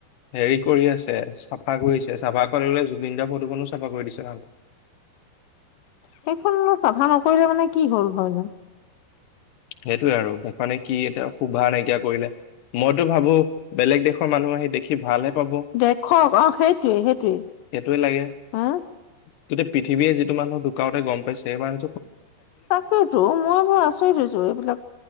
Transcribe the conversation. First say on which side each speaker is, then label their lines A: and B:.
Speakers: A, on the left; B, on the left.
A: হেৰি কৰি আছে চাফা কৰিছে চাফা কৰিলে জুবিন দাৰ ফটোখনো চাফা কৰি দিছে তাহাঁতে
B: সেইখন সভান আছে। কৰিলে মানে কি হ'ল হয় ল।
A: সেইটোয়ে আৰু মানে কি এতিয়া শুভা নাইকিয়া কৰিলে মইতো ভাবো বেলেগ দেশৰ মানুহ আহি দেখি ভালহে পাব
B: দেখক আহ সেইটোৱে সেইটোৱে
A: সেইটোৱে লাগে
B: হা
A: গোটেই পৃথিৱীয়ে যিটো মানুহ ধুকাওঁতে গম পাইছে মানুহ
B: তাকেইেতো মই বৰ আচৰিত হৈছোঁ। এইবিলাক